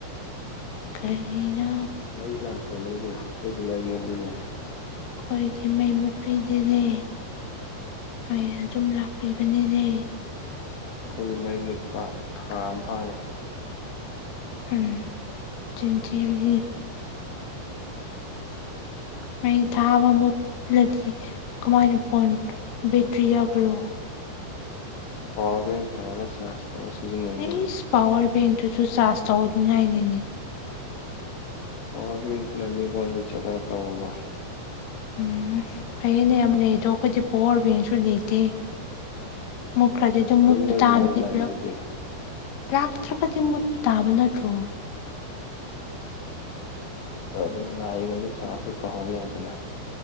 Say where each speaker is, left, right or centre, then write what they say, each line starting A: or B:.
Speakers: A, on the left; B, on the left.
A: ꯀꯔꯤꯅꯣ
B: ꯃꯔꯤ ꯂꯥꯛꯇꯔꯣ ꯅꯣꯏꯒꯤ ꯑꯩꯈꯣꯏꯗꯨ ꯃꯩ ꯃꯨꯠꯂꯦꯅꯦ
A: ꯑꯩꯈꯣꯏꯗꯤ ꯃꯩ ꯃꯨꯠꯄꯤꯗꯦꯅꯦ ꯃꯩ ꯑꯗꯨꯝ ꯂꯥꯛꯄꯤꯕꯅꯤꯅꯦ
B: ꯑꯩꯈꯣꯏꯗꯤ ꯃꯩ ꯃꯨꯠꯄ ꯊꯥ ꯑꯃ ꯐꯥꯔꯦ
A: ꯎꯝ ꯆꯤꯟꯊꯤꯕꯗꯤ
B: <inaudible>
A: ꯃꯩ ꯊꯥ ꯑꯃ ꯃꯨꯠꯂꯗꯤ ꯀꯃꯥꯏꯅ ꯐꯣꯟ ꯕꯦꯇ꯭ꯔꯤ ꯌꯥꯎꯈ꯭ꯔꯣ
B: ꯄꯋꯥꯔ ꯕꯦꯡ ꯇꯧꯔꯒ ꯆꯥꯔꯖ ꯇꯧꯔ ꯁꯤꯖꯤꯟꯅꯩꯅꯦ
A: ꯏꯁ ꯄꯋꯥꯔ ꯕꯦꯡꯇꯨꯁꯨ ꯆꯥꯔꯖ ꯇꯧꯅꯤꯡꯉꯥꯏꯅꯤꯅꯦ
B: ꯑꯣ <unintelligible> ꯏꯇꯅꯃꯤ ꯐꯣꯟꯗ ꯆꯂꯒ ꯇꯧꯕ
A: ꯎꯝ ꯐꯩꯌꯦꯅꯦ ꯌꯥꯝ ꯂꯩ ꯑꯗꯣ ꯑꯩꯈꯣꯏꯗꯤ ꯄꯋꯥꯔ ꯕꯦꯡꯁꯨ ꯂꯩꯇꯦ ꯃꯨꯠꯈ꯭ꯔꯗꯤ ꯑꯗꯨꯝ
B: ꯑꯗꯨ
A: ꯃꯨꯠꯄ
B: ꯅꯣꯏꯗꯤ
A: ꯇꯥꯕꯅꯤꯂꯣ
B: ꯃꯩ ꯂꯥꯛꯏꯗꯨꯗꯤ
A: ꯂꯥꯛꯇ꯭ꯔꯒꯗꯤ ꯃꯨꯠꯇꯥꯕ ꯅꯠꯇ꯭ꯔꯣ
B: ꯑꯗꯨ ꯂꯥꯛꯏꯉꯩꯗ ꯆꯥꯔꯁꯨ ꯇꯧꯍꯧ ꯌꯥꯏꯗꯅ